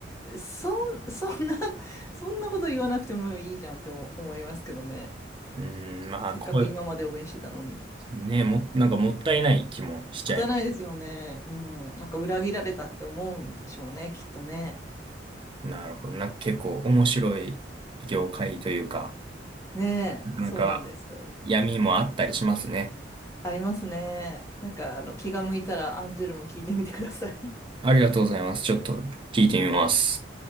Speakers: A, on the left; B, on the right.
A: そん、<laughs> そんな、そんなこと言わなくてもいいじゃんって思思いますけどね。
B: うん、まあ、
A: せっかく今まで応援してたのに。
B: こう、ね、も、なんかもったいない気もしちゃいます。
A: もったいないですよね。うん。なんか裏切られたって思うんでしょうね、きっとね。
B: なるほど。なんか結構面白い業界というか、
A: ねえ、
B: なかなか
A: そうなんですよ。
B: 闇もあったりしますね。
A: ありますね。なんか、あの、気が向いたらアンジュルム聞いてみてください。
B: ありがとうございます。ちょっと聞いてみます。